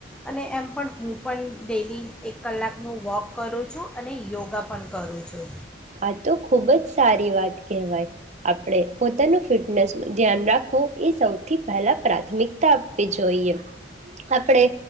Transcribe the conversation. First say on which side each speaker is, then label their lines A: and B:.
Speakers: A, in the centre; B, on the right.
A: અને એમ પણ હું પણ ડેલી એક કલાકનું વોક કરું છું અને યોગ ગ પણ કરું છું.
B: આ તો ખુબ જ સારી વાત કહેવાય આપડ પોતાનું ફિટનેસ નું ધ્યાન રાખું. એ સૌથી પહેલા પ્રાથમિકતા આપવી જોઈએ. આપણે